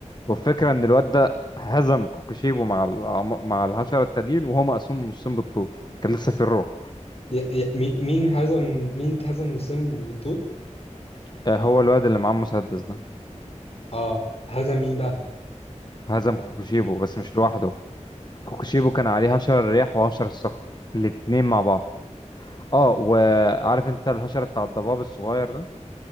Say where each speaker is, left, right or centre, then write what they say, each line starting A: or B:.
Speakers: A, on the left; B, on the left.
A: والفكره ان الواد ده هزم كوكوشيبو مع ال- مع الحشره التانيين وهو مقسوم نصين بالطول كان لسه في الروح
B: يا- يا- مي- مين هزم مين هزم وسام بالطول؟
A: آه، هو الواد اللي معاه المسدس ده
B: اه هزم مين بقى؟
A: هزم كوكوشيبو بس مش لوحده كوكوشيبو كان عليه هشر الرياح وهشر الصخر الاتنين مع بعض اه وعارف انت الهشر بتاع الضباب الصغير ده